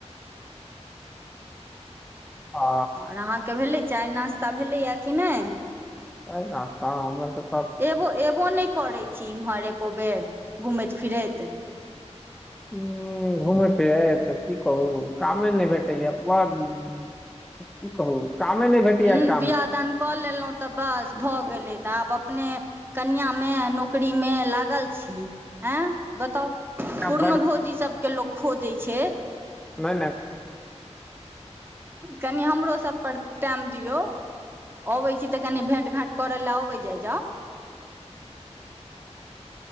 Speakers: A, in the centre; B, on the right.
A: <unintelligible> आ
B: और अहाँके भेलै, चाय नाश्ता भेलैए कि नै?
A: चाय नाश्ता, हमर त
B: एबो, एबो नै करै छी एमहर एको बेर, घूमैत फिरैत।
A: हुं, घूमै फिरैत, की कहू कामे नै भेटैय बड़ की कहू? कामे नहि भेटैया
B: हुं
A: काम
B: बियाह दान क लेलहुँ त बस। भ गेलै त आब अपने कनिआँमे, नौकरीमे लागल छी। एँ बताउ, पूरनो
A: बड
B: भौजी सबके लोक खोजै छै।
A: नै नै।
B: कनि हमरो सब पर टाइम दियौ, अबै छी त कनि भेंट घांट करय लए आउ। अबै जाइ जाउ।